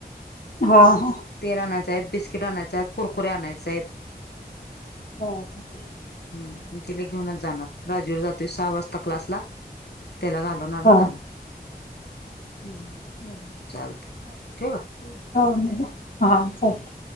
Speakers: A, on the left; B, on the left.
A: हा हा.
B: तेल आणायच आहेत, बिस्किट आणायच आहेत, कुरकुरे आणायचे आहेत.
A: हा हा.
B: हम्म, मग तिला घेऊनच जाणार. राजवीर जातोय सहा वाजता क्लासला त्याला घाल <unintelligible> आणि
A: हा
B: जाणार.
A: <unintelligible>
B: चालतंय ठेवू का?
A: हा चालतंय.